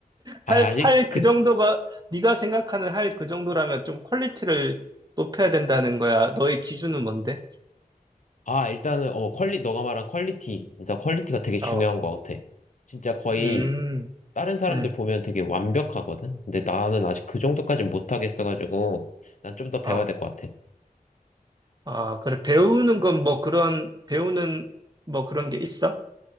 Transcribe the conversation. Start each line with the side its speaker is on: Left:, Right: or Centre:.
Left: 아,
Right: 할,
Left: 아직
Right: 할
Left: 그,
Right: 그 정도가, 네가 생각하는 할 그 정도라면 좀 퀄리티를 높여야 된다는 거야. 너의 기준은 뭔데?
Left: 아, 일단은, 어, 퀄리, 너가 말한 퀄리티. 일단 퀄리티가 되게 중요한
Right: 어,
Left: 것 같아. 진짜 거의
Right: 음,
Left: 다른 사람들
Right: 음,
Left: 보면 되게 완벽하거든? 근데 나는 아직 그 정도까는 못하겠어가지고, 난 좀 더 배워야
Right: 어,
Left: 될 것 같아.
Right: 아, 그래. 배우는 건 뭐 그런, 배우는 뭐 그런 게 있어?